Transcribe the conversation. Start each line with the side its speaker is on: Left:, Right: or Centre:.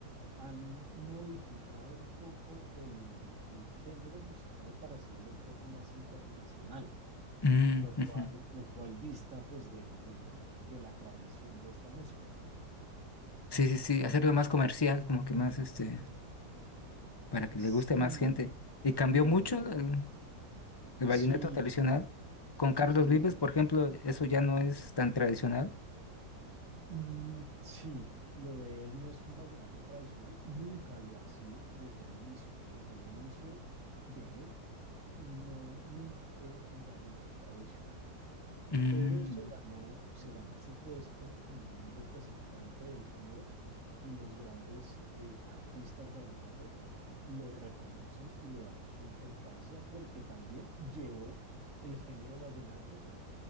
Right: han modificado un poco el, el género musical para hacerlo un poco más internacional,
Left: mm,
Right: lo cual,
Left: ujú.
Right: lo cual dista pues de, del- de la tradición de esta música, ¿no?
Left: Sí, sí, sí, hacerlo más comercial, como que más, este, para que
Right: Sí,
Left: le guste a más gente. Y cambió
Right: Eh,
Left: mucho el, el
Right: sí,
Left: vallenato tradicional. Con Carlos
Right: sí,
Left: Vives, por ejemplo, eso ya no es tan tradicional.
Right: mm, sí, lo de él no es un vallenato tradicional, nunca lo ha sido desde el inicio. Desde el inicio de él, no, nunca fue un vallenato tradicional.
Left: Mm,
Right: pero se ganó, se ganó su puesto como un representante del género y los grandes eh, artistas vallenato lo reconocen y le dan su importancia porque también llevó el género vallenato